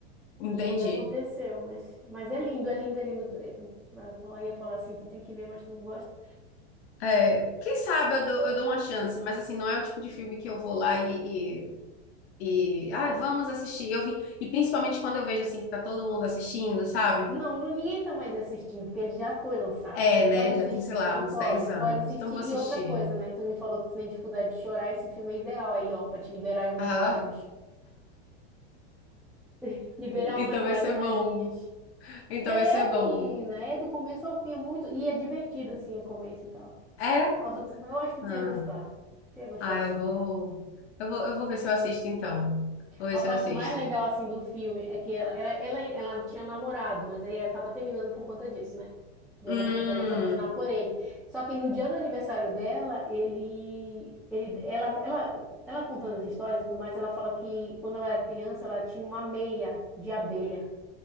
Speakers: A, on the left; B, in the centre.
A: Entendi.
B: E aí aconteceu, mas, mas é lindo, é lindo, é lindo. É, é, Eu ia falar assim, tu tem que ver, mas tu não gosta.
A: É, quem sabe eu dou, eu dou uma chance, mas assim, não é o tipo de filme que eu vou lá e, e, e, ah, vamos assistir. Eu vi, e principalmente quando eu vejo assim que tá todo mundo assistindo, sabe?
B: Não, não- ninguém tá mais assistindo, porque ele já foi lançado.
A: É,
B: Tu
A: né?
B: pode assistir,
A: Já tem, sei lá,
B: tu
A: uns
B: pode,
A: 10 anos.
B: pode assistir.
A: Então vou assistir.
B: E outra coisa, né? Tu me falou que tu tem dificuldade de chorar, esse filme é ideal aí, ó, pra te liberar aí umas
A: Ah,
B: lágrimas. <laughs> Liberar
A: então
B: umas
A: vai
B: lágrimazinhas.
A: ser bom. Então
B: É,
A: vai ser bom.
B: menina, é do começo ao fim, é muito. E é divertido, assim, o começo e tal.
A: É?
B: Nossa, tu- eu acho que
A: Ah,
B: tu ia gostar. Tu ia gostar,
A: ah, eu
B: sim.
A: vou, eu vou, eu vou ver se eu assisto então. Vou ver
B: A
A: se
B: parte
A: eu assisto.
B: mais legal, assim, do filme é que ela, ela, ela, ela tinha namorado, mas aí acaba terminando por conta disso, né? Dela,
A: Hum,
B: co- dela se apaixonar por ele. Só que no dia do aniversário dela, ele, ele, ela, ela, ela contando as histórias e tudo mais, ela fala que quando ela era criança, ela tinha uma meia de abelha,